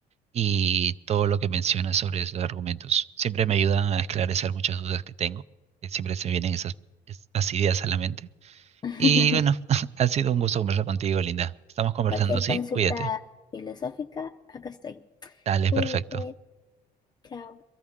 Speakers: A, on the right; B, on the left.
A: y todo lo que mencionas sobre esos argumentos. Siempre me ayudan a esclarecer muchas dudas que tengo, que siempre se vienen esas, estas ideas a la mente.
B: <laughs>
A: Y bueno, <laughs> ha sido un gusto conversar contigo, Linda. Estamos conversando,
B: Cualquier
A: ¿sí?
B: consulta
A: Cuídate.
B: filosófica, acá estoy.
A: Dale,
B: Cuídate.
A: perfecto.
B: Chao.